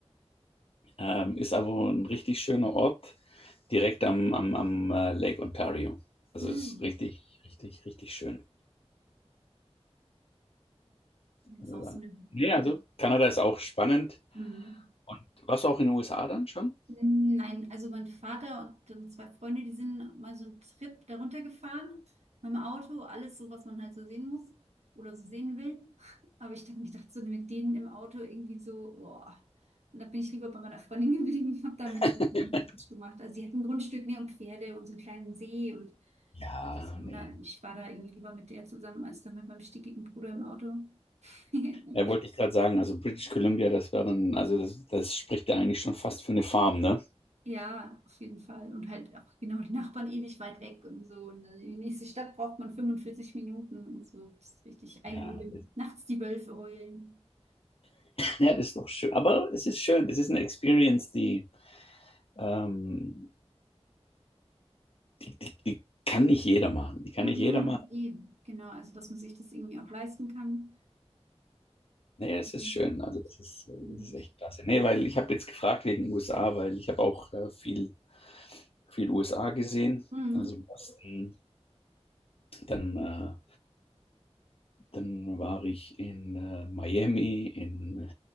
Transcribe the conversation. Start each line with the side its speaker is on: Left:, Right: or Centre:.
Left: ähm, ist aber ein richtig schöner Ort, direkt am, am, am äh, Lake Ontario. Also
Right: Mm.
Left: es ist richtig, richtig, richtig schön.
Right: Das
Left: Also,
Right: ist auch so eine.
Left: nee, also Kanada ist auch spannend.
Right: Mm.
Left: Und warst du auch in den USA dann schon?
Right: Nein, also mein Vater und ähm, zwei Freunde, die sind mal so einen Trip darunter gefahren mit dem Auto, alles so, was man halt so sehen muss oder so sehen will. <laughs> Aber ich habe mir gedacht, so mit denen im Auto irgendwie so, boah. Und da bin ich lieber bei meiner Freundin <laughs> geblieben, habe da mit
Left: <laughs>
Right: ihr nichts gemacht. Also sie hat ein Grundstück, ne, und Pferde und so einen kleinen See und
Left: ja,
Right: das, na,
Left: nee.
Right: ich war da irgendwie lieber mit der zusammen als dann mit meinem stickigen Bruder im Auto. <laughs>
Left: Ja, wollte ich gerade sagen, also British Columbia, das wäre dann, also das, das spricht ja eigentlich schon fast für eine Farm, ne?
Right: Ja, auf jeden Fall. Und halt auch genau die Nachbarn ewig weit weg und so. Und dann in die nächste Stadt braucht man 45 Minuten und so. Das ist richtig einöden.
Left: Ja, das,
Right: Nachts die Wölfe heulen.
Left: ja, das ist doch schön. Aber es ist schön, das ist eine Experience, die Ähm, die, die, die kann nicht jeder machen. Die kann
Right: Mhm,
Left: nicht jeder machen.
Right: eben, genau. Also, dass man sich das irgendwie auch leisten kann.
Left: Nee, es
Right: Mhm.
Left: ist schön. Also das ist, äh,
Right: Und
Left: das ist echt klasse. Nee, weil ich habe jetzt gefragt wegen USA, weil ich habe auch äh, viel, viel USA gesehen.
Right: mhm.
Left: Also Boston, dann, äh, dann war ich in äh, Miami, in